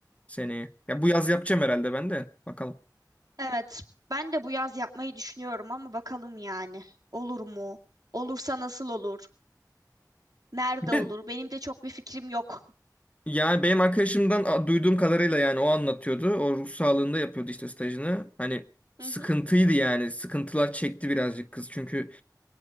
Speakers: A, on the left; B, on the right.
A: seneye. Ya bu yaz yapacağım herhalde ben de. Bakalım.
B: Evet, ben de bu yaz yapmayı düşünüyorum ama bakalım yani. Olur mu? Olursa nasıl olur? Nerede
A: Bir de
B: olur? Benim de çok bir fikrim yok.
A: Yani benim arkadaşımdan a- duyduğum kadarıyla yani o anlatıyordu. O ruh sağlığında yapıyordu işte stajını. Hani sıkıntıydı
B: Hı hı.
A: yani. Sıkıntılar çekti birazcık kız. Çünkü